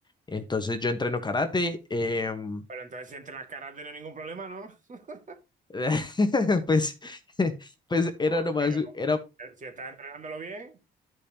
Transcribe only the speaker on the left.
Entonces yo entreno karate, em,
<laughs> pues, <laughs> pues
era nomás,
era,